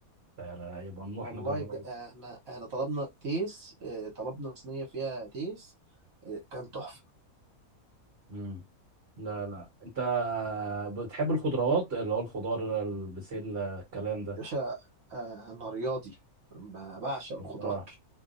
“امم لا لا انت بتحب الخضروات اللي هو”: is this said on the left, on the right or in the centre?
Right